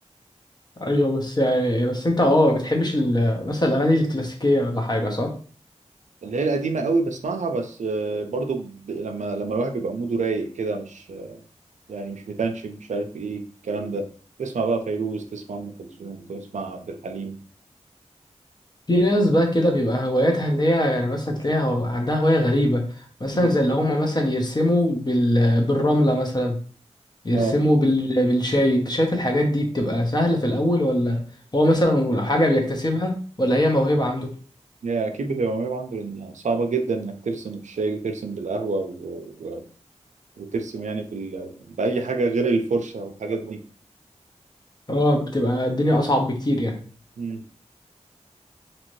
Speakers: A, on the left; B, on the right.
A: ايوه بس يعني بس انت اه ما بتحبش ال- مثلا الاغاني الكلاسيكيه ولا حاجه صح
B: اللي هي القديمة قوي بسمعها بس آه، برضو ب... لما لما الواحد بيبقى موده رايق كده مش يعني مش متنشن مش عارف إيه الكلام ده تسمع بقى فيروز تسمع أم كلثوم تسمع عبد الحليم
A: في ناس بقى كده بيبقى هواياتها اللي هي يعني مثلا تلاقيها هو- عندها هوايه غريبه مثلا
B: مم.
A: زي اللي هم مثلا يرسموا بال... بالرمله مثلا يرسموا
B: اه
A: بال... بالشاي انت شايف الحاجات دي بتبقى سهلة في الأول ولا هو مثلا حاجة بيكتسبها ولا هي موهبة عنده
B: هي أكيد بتبقى متعب عنده لأن صعبة جدا إنك ترسم بالشاي وترسم بالقهوة و... و... وترسم يعني بال... بأي حاجة غير الفرشة والحاجات دي
A: اه بتبقى الدنيا أصعب بكتير يعني
B: مم.